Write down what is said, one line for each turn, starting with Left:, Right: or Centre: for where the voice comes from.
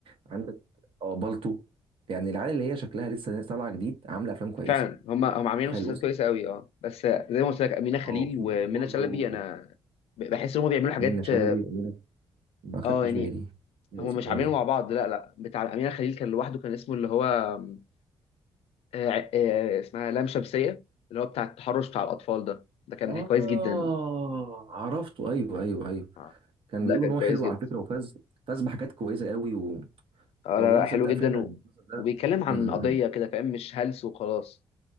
Right: عندك اه بالطو يعني العيال اللي هي شكلها لسه طالعه جديد عامله افلام كويسه
Left: فعلا هم هم عاملين
Right: حلو
Left: مسلسلات
Right: اسمه
Left: كويسة
Right: ده.
Left: قوي اه بس زي ما قلت لك أمينة خليل
Right: اه في
Left: ومنى
Right: احنا برضو
Left: شلبي أنا ب- بحس إن هم بيعملوا حاجات
Right: منة شلبي
Left: اه
Right: وأمينة- ما خدتش
Left: آه، يعني
Right: بالي ده
Left: هم
Right: اسمه
Left: مش عاملينه
Right: ايه
Left: مع بعض لا لا بتاع أمينة خليل كان لوحده كان اسمه اللي هو آم، آه آه اسمها لام شمسية اللي هو بتاع التحرش بتاع الأطفال ده ده كان
Right: اه
Left: كويس جدا
Right: عرفته ايوه ايوه ايوه
Left: آه،
Right: كان
Left: ده
Right: بيقولوا
Left: كان
Right: ان هو
Left: كويس
Right: حلو
Left: جدا
Right: على فكره وفاز فاز بحاجات كويسه قوي و...
Left: اه
Right: والله
Left: لا لا
Right: صدق
Left: حلو جدا
Right: فعلا المسلسل
Left: و...
Right: ده
Left: وبيتكلم عن
Right: م-
Left: قضية
Right: م.
Left: كده فاهم مش هلس وخلاص